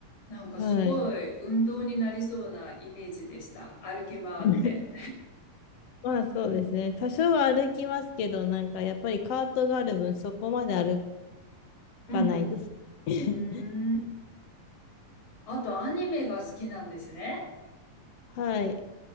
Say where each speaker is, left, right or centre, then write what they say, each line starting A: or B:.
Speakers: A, on the left; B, on the left.
A: なんかすごい運動になりそうなイメージでした。
B: はい。
A: 歩き回って。
B: <laughs> まあ、そうですね。多少は歩きますけど、なんかやっぱりカートがある分、そこまで歩
A: うんうん。
B: かないです。<laughs>
A: うーん。あと、アニメが好きなんですね。
B: はい。